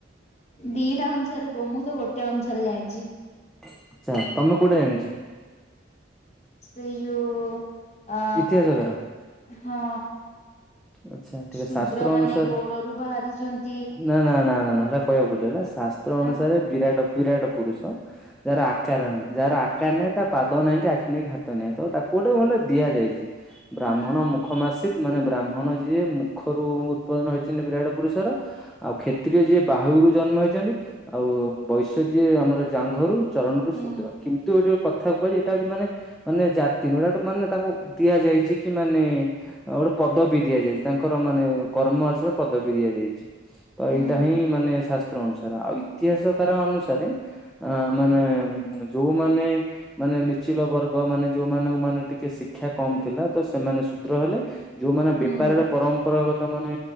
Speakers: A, on the left (about 40°); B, in the centre.
A: ଦିଟା ଅନୁସାରେ ଗୁଅ ମୁଁ ତ ଗୋଟେ ଅନୁସାରେ ଜାଣିଛି।
B: ଆଚ୍ଛା ତମେ କୋଉଟା ଜାଣିଛ।
A: ସେଇ ଯୋଉ ଆ
B: ଇତିହାସକାର
A: ହଁ।
B: ଆଚ୍ଛା ଠିକ
A: ଶୁଦ୍ର
B: ଶାସ୍ତ୍ର
A: ମାନେ
B: ଅନୁସାରେ
A: ଗୋଡରୁ ବାହାରିଛନ୍ତି।
B: ନା ନା ନା ନା ନା ସେଇଟା କହିବାକୁ ଭୁଲ ହେଲା ଶାସ୍ତ୍ର ଅନୁସାରେ
A: ହଁ
B: ବିରାଟ ବିରାଟ ପୁରୁଷ। ଯାହାର ଆକାର ନାହିଁ ଯାହାର ଆ। କାହିଁ ନାହିଁ ତା ପାଦ ନାହିଁ କି ଆଖି ନାହିଁ, ହାତ ନାହିଁ ତ ତାକୁ ଗୋଟେ ମାନେ ଦିଆଯାଇଛି ବ୍ରାହ୍ମଣ
A: ହୁଁ
B: ମୁଁ। ମୁଖ ମାସିକି ମାନେ ବ୍ରାହ୍ମଣ ଯିଏ ମୁଖରୁ ଉତ୍ପାଦନ ହେଇଛନ୍ତି ବିରାଟ ପୁରୁଷର। ଆଉ କ୍ଷେତ୍ରୀୟ ଯିଏ ବାହୁରୁ ଜନ୍ମ ହେଇଛନ୍ତି ଆଉ ବୈଶ୍ୟ ଯିଏ ଆମର ଜାଙ୍ଘରୁ। ଚରଣରୁ
A: ହୁଁ
B: ଶୂଦ୍ର କିନ୍ତୁ ଏ ଯୋଉ କ। କଥା କୁହାଯାଏ ଏଇଟା ହଉଛି ମାନେ ମାନେ ଜାତି ନୁ ଏଟା ମାନେ ତାଙ୍କୁ ଦିଆଯାଇଛି କି ମାନେ। ଓ ଗୋଟେ ପଦବୀ। ଦିଆଯାଇଛି ତାଙ୍କର ମାନେ କର୍ମ ଆସିବ ପଦବୀ ଦିଆଯାଇଛି ତ
A: ହୁଁ
B: ଏଇଟା ହିଁ ମାନେ ଶାସ୍ତ୍ର ଅନୁସାରେ। ର ଆଉ ଇତିହାସକାର ଅନୁସାରେ ଅ ମାନେ ଯୋଉମାନେ। ମାନେ ନିଚିଲ ବର୍ଗ ମାନେ ଯୋଉ ମାନଙ୍କ ମାନେ ଟିକେ ଶିକ୍ଷା କମ ଥିଲା ତ ସେମାନେ ଶଦ୍ର ହେଲେ। ଯୋଉମାନେ
A: ହୁଁ
B: ବେପାରରେ ପରମ୍ପରାଗତ ମାନେ।